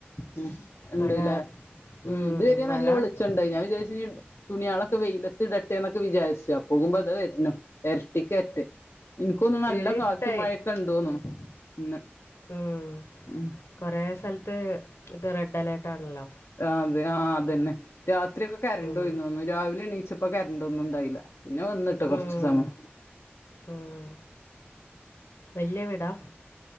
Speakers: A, on the left; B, on the left.
A: മ് ഇണ്ട്ല്ലേ
B: മഴ
A: മ്
B: ഉം,
A: ഇതുവരെ
B: മഴ
A: നല്ല വെളിച്ചുണ്ടായി ഞാൻ വിചാരിച്ച തുണിയളൊക്കെ വെയിലത്തിട ന്നൊക്കേ വിചാരിച്ചു അപ്പോകുമ്പ തേ വര്ന്നു എരട്ടിക്കരറ്റ് ൻക്കോന്ന്ണു നല്ല
B: ഇവിടെ ഇരുട്ടായി
A: കാറ്റു മഴയൊക്കേണ്ടോന്ന്ണു ഇന്ന്
B: ഉം,
A: ഉമ്
B: കുറേ സ്ഥലത്ത് ഇത് റെഡ് അലേർട്ട് ആണല്ലോ
A: ആഹ് അതെ ആഹ് അതന്നെ രാത് ക്കെ കരണ്ട്
B: ഉം,
A: പോയീന്ന് തോന്നുന്നു രാവിലെണീച്ച് ഇപ്പ കരണ്ട് ഒന്നും ഉണ്ടായില്ല പിന്നെ വന്നിട്ട് കൊറച്ച്
B: ഉം,
A: സമയം
B: ഉം. വലിയ വീടാ